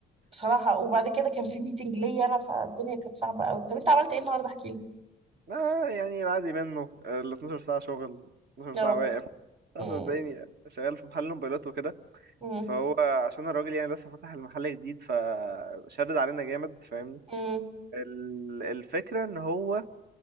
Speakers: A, on the right (about 30°); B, on the right (about 55°).
A: بصراحة وبعد كده كان في ميتنج ليا انا فالدنيا كانت صعبة قوي طب انت عملت ايه النهاردة احكي لي
B: اه يعني العادي منه ال 12 ساعة شغل 12
A: يا
B: ساعة
A: رب
B: واقف اه
A: امم
B: صدقيني شغال في محل موبايلات وكده
A: امم
B: فهو عشان الراجل يعني لسه فاتح المحل جديد فشدد علينا جامد فاهمني
A: امم
B: ال- الفكرة ان هو